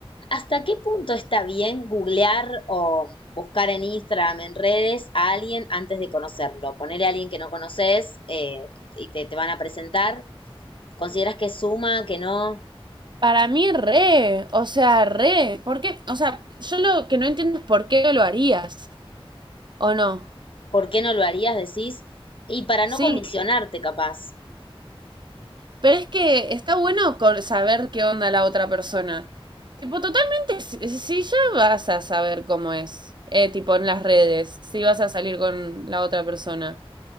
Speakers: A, on the left (about 60°); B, on the right (about 50°).
A: ¿Hasta qué punto está bien googlear o buscar en Instagram, en redes, a alguien antes de conocerlo? Ponerle a alguien que no conoces eh, y te, te van a presentar. ¿Consideras que suma, que no?
B: Para mí, re, o sea, re. ¿Por qué? O sea, yo lo que no entiendo es por qué no lo harías, ¿o no?
A: ¿Por qué no lo harías, decís? Y para
B: Sí,
A: no condicionarte, capaz.
B: pero es que está bueno con saber qué onda la otra persona. Tipo, totalmente, si, si ya vas a saber cómo es, eh, tipo en las redes, si vas a salir con la otra persona.